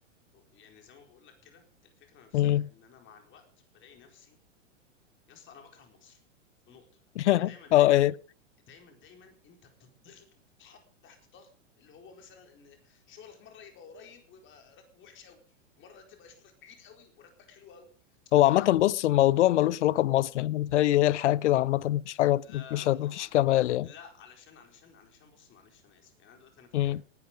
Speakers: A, on the left; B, on the left.
A: ب- يعني زي ما بقول لك كده الفكرة نفسها
B: مم.
A: ان انا مع الوقت بلاقي نفسي يا اسطى انا بكره مصر في نقطة
B: <laughs>
A: ان دايما دايما
B: اه ايه
A: دايما دايما انت بتضغط وبتتحط تحت ضغط اللي هو مثلا ان شغلك مره يبقى قريب ويبقى راتبه وحش قوي ومره تبقى شغلك بعيد قوي وراتبك حلو قوي
B: هو
A: مع
B: عامة بص الموضوع ملوش علاقة بمصر يعني متهيألي هي الحياة كده عامة مفيش حاجة
A: لا
B: مش مفيش
A: حرام عليك
B: كمال يعني
A: لا علشان علشان علشان بص معلش انا اسف يعني انا دلوقتي انا في التجمع
B: مم.